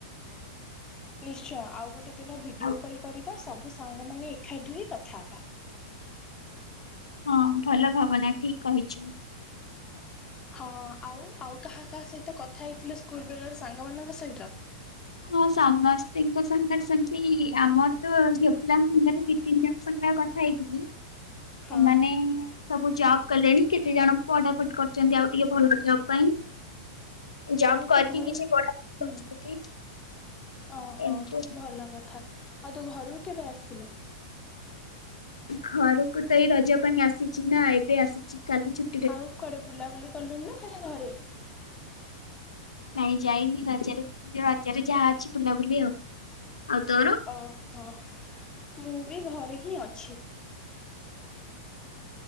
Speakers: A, on the left; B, on the left.
A: ନିଶ୍ଚୟ ଆଉ ଗୋଟେ ଦିନ ଭିଡିଓ
B: ଆଉ
A: କଲ୍ କରିବା ସବୁ ସାଙ୍ଗମାନେ ଏକାଠି ହୋଇ କଥା ହବା।
B: ହଁ, ଭଲ ଭାବନା ଠିକ୍ କହିଚୁ।
A: ହଁ ଆଉ ଆଉ କାହା କାହା ସହିତ କଥା ହେଇଥିଲୁ ସ୍କୁଲ ବେଳର ସାଙ୍ଗ ମାନଙ୍କ ସହିତ
B: ହଁ ସମସ୍ତଙ୍କ ସାଙ୍ଗରେ ସେମିତି ଆମର ତ ଝିଅପିଲାଙ୍କ ସାଙ୍ଗରେ ଦି ତିନିଜଣଙ୍କ ସାଙ୍ଗରେ ଆଉ କଥା ଖାଇଥିଲି ସେମାନେ
A: ହଁ
B: ସବୁ ଜବ୍ କଲେଣି କେତେ ଜଣ ପଢା ପଢି କରୁଛନ୍ତି ଆଉ ଟିକେ ଭଲ ଜବ୍ ପାଇଁ। ଜବ୍
A: ଆଉ
B: କରିକି
A: ତୁ ଘରକୁ
B: କିଛି
A: କି
B: ପଢା ପଢ଼ି
A: ହୁଁ
B: କରୁଛନ୍ତି।
A: ଓହୋ
B: ଏମିତି
A: ଭଲ କଥା ଆଉ ତୁ ଘରକୁ କେବେ ଆସିଲୁ?
B: ଘରକୁ ତ ଏଇ ରଜ ପାଇଁ ଆସିଛି ନା ଏବେ ଆସିଛି କାଲି ଛୁଟି
A: ଆଉ କୁଆଡେ ବୁଲାବୁଲି କଲୁଣୁ ନା ଖାଲି ଘରେ?
B: ନାଇଁ ଯାଇନି ରଜରେ ରଜରେ ଯାହା ଅଛି ବୁଲାବୁଲି ଆଉ, ଆଉ ତୋର।
A: ଓହୋ ମୁଁ ବି ଘରେ ହିଁ ଅଛି।